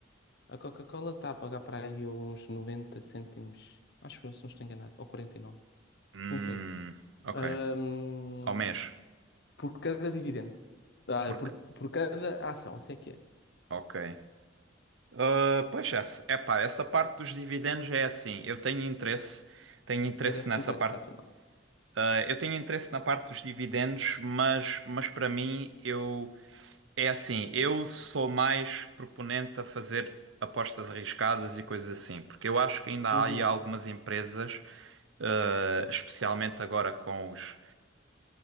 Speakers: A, on the left; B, on the right.
A: A Coca-Cola está a pagar para aí uns 90 cêntimos, acho eu, se não estou enganado, ou 49
B: Hum,
A: não sei.
B: ok,
A: Hum,
B: ao mês.
A: por cada dividendo. Ah,
B: Porque,
A: por, por cada ação, assim é que é.
B: ok. Ah, pois é, se- epá, essa parte dos dividendos é assim. Eu tenho interesse, tenho interesse
A: Era 50
B: nessa parte.
A: afinal.
B: Ah, eu tenho interesse na parte dos dividendos, mas, mas para mim, eu. É assim, eu sou mais proponente a fazer apostas arriscadas e coisas assim, porque eu acho que ainda há
A: Uhum,
B: aí algumas empresas, eh, especialmente agora com os,